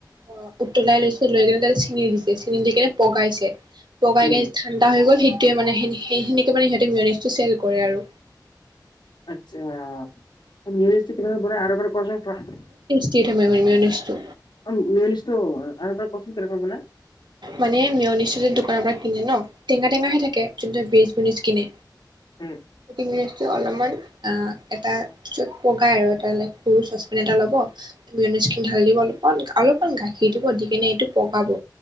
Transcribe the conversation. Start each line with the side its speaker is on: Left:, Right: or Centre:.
Right: অ', উতলাই লৈছে লৈ কিনে তাতে চেনী দিছে, চেনী দি কিনে পগাইছে, পগাই
Left: উম,
Right: কেনে ঠাণ্ডা হৈ গ'ল, সেই তেওঁ মানে সেন-সেইখিনিকে মানে সিহঁতে মেয়নিজটো চেল কৰে আৰু।
Left: আচ্ছা, <unintelligible> ইউনিভাৰ্চিটিৰ পিনৰ পৰা আৰু <unintelligible>
Right: তিতা <unintelligible> টো
Left: অ', মেয়নিজটো আৰু এবাৰ কওঁকচোন কেনেকৈ বনাই।
Right: মানে মেয়নিজটো যে দোকানৰ পৰা কিনে ন, টেঙা টেঙাহে থাকে যোনটো ভেজ মেয়নিজ কিনে,
Left: উম,
Right: সেই অলপমান অ' এটাত তাৰপিছত পগাই আৰু এটা ল-সৰু চচপেন এটা ল'ব খিনি ঢালি দিব অলপমান অলপমান গাখীৰ দিব দি কিনে এইটো পগাব।